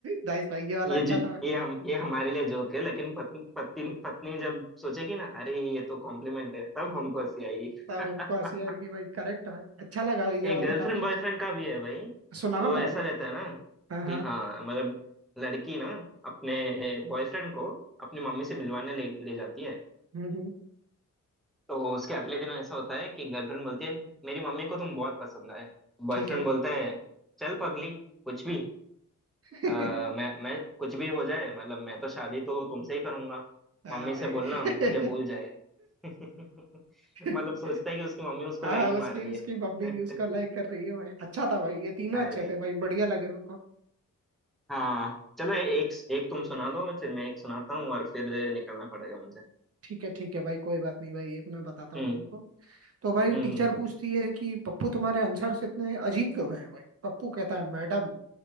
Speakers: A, on the right; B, in the centre.
A: नाइस भाई ये वाला
B: ये
A: अच्छा
B: जी
A: था भाई।
B: ये हम ये हमारे लिए जोक है लेकिन पत्नी पत्नी पत्नी जब सोचेगी ना अरे ये तो कॉम्प्लीमेंट है तब हमको हंसी आएगी
A: तब
B: <laughs>
A: हमको हंसी आएगी भाई करेक्ट भाई अच्छा लगा भाई ये
B: एक
A: वाला
B: गर्लफ्रेंड
A: काफी अच्छा
B: बॉयफ्रेंड का भी है भाई
A: सुनाओ
B: तो
A: ना भाई
B: ऐसा रहता है ना
A: हाँ हाँ
B: कि हाँ मतलब लड़की ना अपने बॉयफ्रेंड को अपनी मम्मी से मिलवाने ले ले जाती है
A: हम्म हम्म
B: तो उसके अगले दिन ऐसा होता है कि गर्लफ्रेंड बोलती है मेरी मम्मी को तुम बहुत पसंद आए बॉयफ्रेंड
A: ठीक है
B: बोलता है चल पगली कुछ भी
A: <laughs>
B: अ, मैं मैं कुछ भी हो जाए मतलब मैं तो शादी तो तुमसे ही करूंगा
A: हाँ
B: मम्मी
A: भाई
B: से बोलना मुझे भूल जाए <laughs> मतलब
A: <laughs>
B: सोचता है कि उसकी मम्मी उसको
A: हाँ
B: लाइन मार
A: उसकी
B: रही
A: उसकी
B: है
A: मम्मी
B: <laughs>
A: उसको लाइक कर रही है भाई अच्छा था भाई ये तीनों
B: अरे
A: अच्छे थे भाई बढ़िया लगे मेरे को
B: हाँ चलो ए- एक एक तुम सुना दो फिर मैं एक सुनाता हूँ और फिर निकलना पड़ेगा मुझे
A: ठीक है ठीक है भाई कोई बात नहीं भाई एक मैं बताता
B: हम्म
A: हूँ तुमको तो भाई
B: हम्म
A: टीचर
B: हम्म, हम्म,
A: पूछती है कि पप्पू तुम्हारे आंसर्स इतने अजीब क्यों हैं भाई पप्पू कहता है मैडम